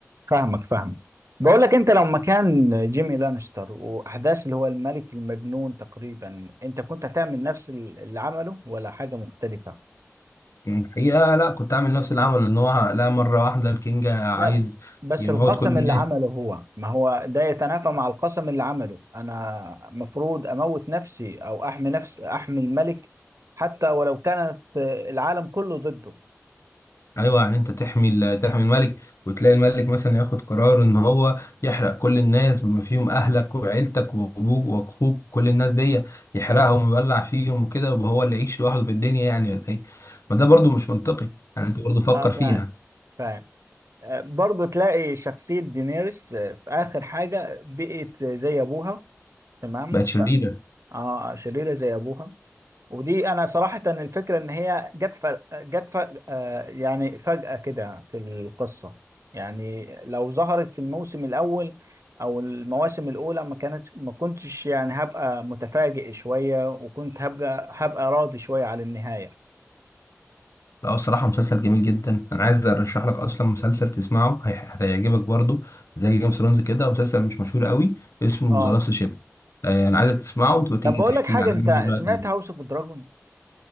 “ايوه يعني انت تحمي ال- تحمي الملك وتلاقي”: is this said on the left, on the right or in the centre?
Left